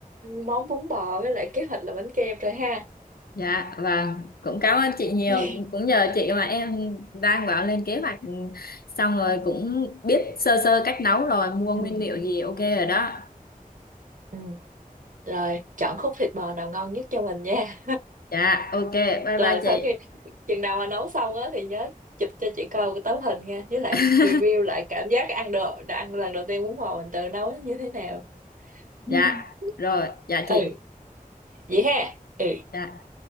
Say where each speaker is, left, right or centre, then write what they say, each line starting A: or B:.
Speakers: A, on the right (about 60°); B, on the left (about 85°).
A: món bún bò với lại kế hoạch là bánh kem rồi ha
B: dạ vâng cũng cảm ơn chị nhiều
A: <laughs>
B: cũng nhờ chị mà em đang bảo lên kế hoạch ừ, xong rồi cũng biết sơ sơ cách nấu rồi mua
A: ừ
B: nguyên liệu gì ok rồi đó
A: ừ rồi chọn khúc thịt bò nào ngon nhất cho mình nha
B: dạ ok bye
A: Rồi
B: bye chị
A: sau khi chừng nào mà nấu xong á thì nhớ chụp cho chị coi cái tấm hình nha, với lại
B: <laughs>
A: review lại cảm giác ăn đồ đã ăn lần đầu tiên bún bò mình tự nấu nó như thế nào. <laughs>
B: dạ rồi dạ
A: Ừ,
B: chị
A: vậy ha. Ừ.
B: Dạ.